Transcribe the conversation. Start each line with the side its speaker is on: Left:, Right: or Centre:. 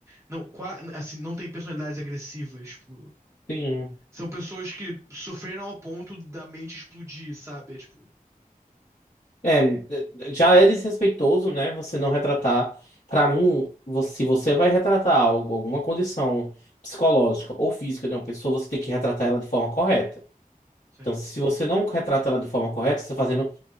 Right: não, qua- assim, não tem personalidades agressivas, tipo,
Left: Sim.
Right: São pessoas que sofreram ao ponto da mente explodir, sabe? É tipo,
Left: É, já é desrespeitoso, né? Você não retratar. Pra mim, vo- se você vai retratar algo, alguma condição psicológica ou física de uma pessoa, você tem que retratar ela de forma correta.
Right: sim,
Left: Então, se você não retrata ela de forma correta, você está fazendo.